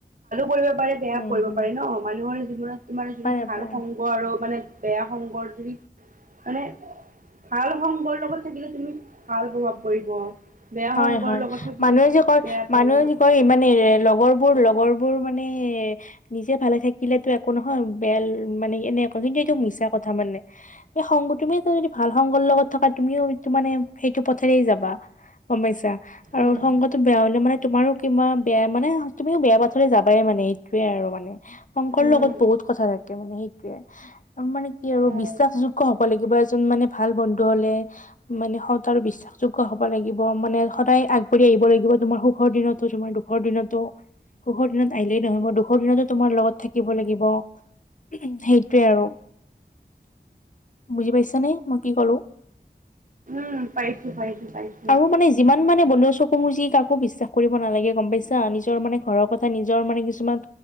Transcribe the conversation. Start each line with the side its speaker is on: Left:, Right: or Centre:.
Right: পৰিব পাৰে বেয়া
Left: উম
Right: পৰিব
Left: হম
Right: পাৰে ন মানুহৰ জীৱনত তোমাৰ যদি
Left: পাৰে
Right: ভাল
Left: পাৰে
Right: সংগ আৰু মানে বেয়া সংগ যদি মানে ভাল সংগৰ লগত থাকিলে তুমি ভাল প্ৰভাৱ পৰিব। বেয়া
Left: হয়
Right: সংগৰ
Left: হয়
Right: লগত থাকিলে
Left: মানুহে যে কয়
Right: বেয়া প্ৰভাৱ
Left: মানুহে যে কয় মানে লগৰ বোৰ লগৰ বোৰ মানে নিজে ভালে থাকিলেতো একো নহয় বেল মানে এনে কিন্তু এইটো মিছা কথা মানে এই সংগ তুমি এটা যদি ভাল সংগৰ লগত থকা তুমিওটো মানে সেইটো পথেৰেই যাবা। সমস্যা আৰু
Right: উম
Left: সংগতটো বেয়া মানে তোমাৰো কিবা বেয়া মানে তুমিও বেয়া পথলৈ যাবা। যায় মানে সেইটোয়ে আৰু মানে সংগৰ
Right: উম
Left: লগত বহুত কথা থাকে মানে সেইটোয়ে মানে কি আৰু
Right: হয়
Left: বিশ্বাসযোগ্য হ'ব লাগিব এজন মানে ভাল বন্ধু হ'লে মানে সত আৰু বিশ্বাসযোগ্য হ'ব লাগিব। মানে সদায় আগবাঢ়ি আহিব লাগিব তোমাৰ সুখৰ দিনতো তোমাৰ দুখৰ দিনতো। সুখৰ দিনত আহিলেই নহ'ব দুখৰ দিনতো তোমাৰ লগত থাকিব লাগিব। উম সেইটোৱে আৰু বুজি পাইছানে মই কি কলো।
Right: উম পাৰিছো‍ঁ পাৰিছোঁ পাৰিছোঁ
Left: মোৰ মানে যিমান মানে বন্ধুৰ চকু মোজি কাকো বিশ্বাস কৰিব নালাগে গম পাইছা? নিজৰ মানে ঘৰৰ কথা নিজৰ মানে কিছুমান